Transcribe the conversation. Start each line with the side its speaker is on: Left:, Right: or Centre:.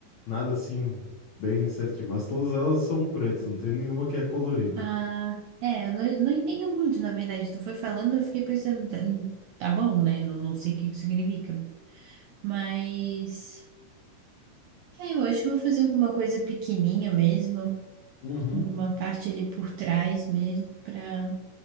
Left: nada assim, bem certinho. Mas todas elas são pretas, não tem nenhuma que é colorida.
Right: Ah, é. eu Não, não entendo muito, na verdade. Tu foi falando, eu fiquei pensando, tá, tá bom, né? Não, não sei o que que significa. Mas. É, eu acho que eu vou fazer alguma coisa pequenininha mesmo.
Left: Uhum.
Right: alguma parte ali por trás mesmo, pra,